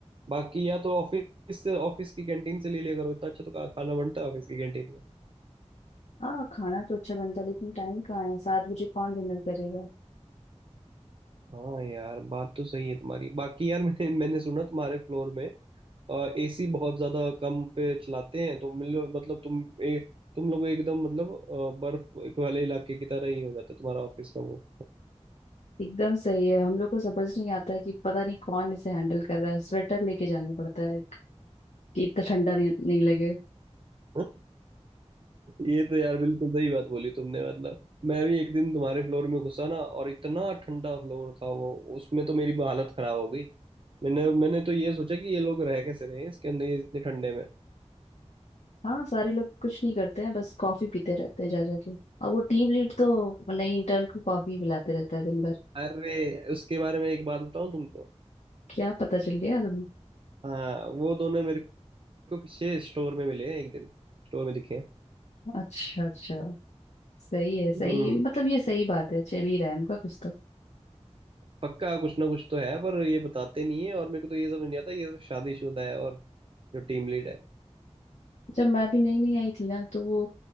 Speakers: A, on the right; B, on the left.
A: बाकी या तो ऑफिस से ऑफिस की कैंटीन से ले लिया करो इतना अच्छा तो खा- खाना बनता है ऑफिस की कैंटीन में
B: हाँ खाना तो अच्छा बनता है लेकिन टाइम कहाँ है सात बजे कौन डिनर करेगा
A: हाँ यार बात तो सही है तुम्हारी बाकी यार मैंने मैंने सुना तुम्हारे फ्लोर में एसी बहुत ज्यादा कम पे चलाते हैं तो मिल मतलब तुम ए, तुम लोग एकदम मतलब अ, बर्फ वाले इलाके की तरह ही हो जाता है तुम्हारा ऑफिस का वो
B: एकदम सही है हम लोग को समझ नहीं आता है कि पता नहीं कौन इसे हैंडल कर रहा है स्वेटर लेके जाना पड़ता है कि इतना ठंडा नहीं, नहीं लगे
A: <laughs> ये तो यार बिल्कुल सही बात बोली तुमने मतलब मैं भी एक दिन तुम्हारे फ्लोर में घुसा ना और इतना ठंडा फ्लोर था वो उसमें तो मेरी हालत खराब हो गई मैंने मैंने तो ये सोचा कि ये लोग रह कैसे रहे हैं इसके अंदर ये इतने ठंडे में
B: हाँ सारे लोग कुछ नहीं करते हैं बस कॉफी पीते रहते हैं जा जाके और वो टीम लीड तो नई इंटर्न को कॉफी पिलाते रहता है दिन भर
A: अरे उसके बारे में एक बात बताऊं तुमको
B: क्या पता चल गया तुम्हें
A: हाँ वो दोनों मेरे को पीछे स्टोर में मिले हैं एक दिन स्टोर में दिखे हैं
B: अच्छा अच्छा सही है सही
A: हम्म
B: मतलब ये सही बात है चल ही रहा है उनका कुछ तो
A: पक्का कुछ ना कुछ तो है पर ये बताते नहीं है और मेरे को तो ये समझ नहीं आता ये तो शादीशुदा है और जो टीम लीड है
B: जब मैं भी नई नई आई थी ना तो वो